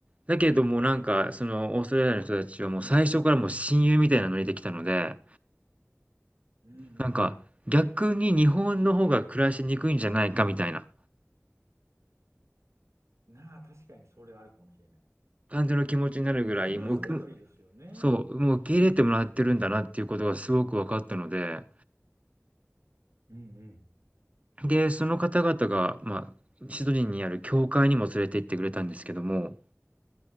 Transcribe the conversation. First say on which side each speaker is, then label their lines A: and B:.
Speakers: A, on the right; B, on the right.
A: だけどもなんかそのオーストラリアの人たちはもう最初からもう親友みたいなノリで来たので、
B: うんう
A: なんか、
B: んう
A: 逆に日本の方が暮らしにくいんじゃないかみたいな
B: ん。なあ、確かにそれあるかもしれない。
A: 感じの気持ちになるぐらい、
B: すごいフレンドリーですよね。
A: もう、くそう、もう受け入れてもらってるんだなっていうことがすごく分かったので、
B: うんうん
A: で、その方々が、まあ、シドニーにある教会にも連れて行ってくれたんですけども、